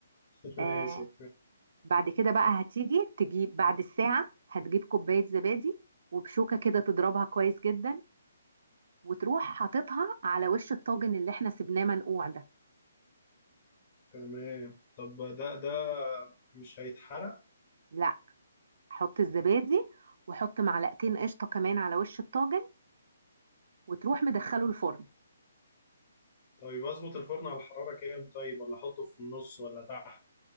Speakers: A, on the left; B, on the right.
A: <laughs> ماشي
B: آه بعد كده بقى هتيجي تجيب بعد الساعة هتجيب كوباية زبادي وبشوكة كده تضربها كويس جدا وتروح حاططها على وش الطاجن اللي احنا سيبناه منقوع ده
A: تمام طب ده ده مش هيتحرق
B: لا حط الزبادي وحط معلقتين قشطة كمان على وش الطاجن وتروح مدخله الفرن
A: طيب اظبط الفرن على الحرارة كام طيب ولا احطه في النص ولا تحت